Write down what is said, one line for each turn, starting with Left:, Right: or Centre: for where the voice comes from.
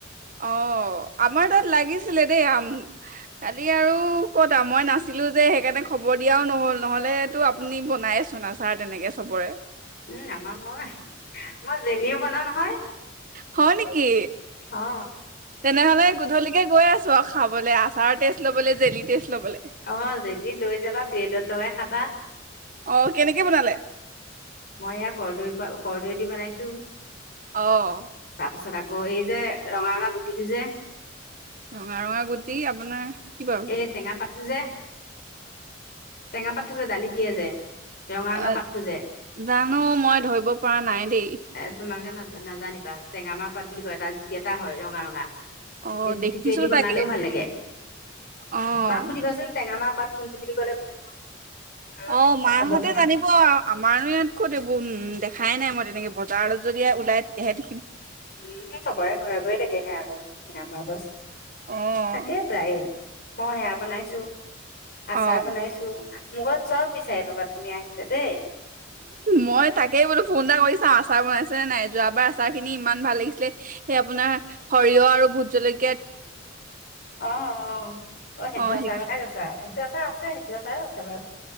Right: অ'। আমাৰ তাত লাগিছিলে দেই, আম কালি আৰু ক'ত মই নাছিলো যে সেইকাৰণে খবৰ দিয়াও নহ'ল নহ'লেটো আপুনি বনায়ে চোন আচাৰ তেনেকে চবৰে।
Left: উম, আমাৰ মই, মই জেলিও বনাওঁ নহয়।
Right: হয় নেকি,
Left: অ
Right: তেনেহ'লে গধূলিকে গৈ আছ <unintelligible> খাবলে, আচাৰ টেষ্ট ল'বলে, জেলি টেষ্ট ল'বলে।
Left: অ জেলি লৈ যাবা ব্ৰেডত লগাই খাবা।
Right: অ', কেনেকে বনালে?
Left: মই ইয়া কৰদৈপা কৰ্দৈ দি বনাইছো।
Right: অ'।
Left: তাৰ পাছত আকৌ এই যে ৰঙা ৰঙা গুটিটো যে
Right: ৰঙা ৰঙা গুটি আপোনাৰ কি বাৰু?
Left: এ টেঙা পাত টো যে টেঙা পাতটো যে দালিত দিয়া যে। ৰঙা ৰঙা
Right: অ',
Left: পাতটো যে
Right: জানো মই ধৰিব পৰা নাই দেই।
Left: এ তোমাকে না নাজানিবা টেঙামাৰ পাত বুলি কয় তাত গুটি এটা হয় ৰঙা, ৰঙা।
Right: অ',
Left: এই গুটিটোয়েদি
Right: দেখিছো
Left: বনালেও
Right: চাগে
Left: ভাল লাগে,
Right: অ'।
Left: মাক সুধিবাচোন টেঙা মা পাত কোনটো বুলি ক'লে গুটিটো। আৰু
Right: অ',
Left: হেৰি
Right: মাহঁতে
Left: ক'ব নহয়
Right: জানিব, আমাৰো ইয়াত কৈ উম, দেখাই নাই মই তেনেকে বজাৰত যদি ওলাই তেতিয়াহে দেখিম।
Left: উম, চবৰে ঘৰে ঘৰে থাকে সেয়া গছ টেঙামৰা গছ।
Right: অ',
Left: থাকে প্ৰায়ে। মই সেয়া বনাইছো।
Right: অ',
Left: আচাৰ বনাইছো। মোৰ ঘৰত চব বিচাৰি পাবা তুমি আহিলা দেই।
Right: মই তাকেই বোলো ফোন এটা কৰি চাও আচাৰ বনাইছে নে নাই, যোৱাবাৰ আচাৰ খিনি ইমান ভাল লাগিছিলে। সে আপোনাৰ সৰিয়হ আৰু ভোট জলেক
Left: অ', অ', অ', সেইটো
Right: অ',
Left: আচাৰ
Right: সেই
Left: কথাই কৈছা এইটো আচাৰ আছে, সেইটো আচাৰ তাবৰ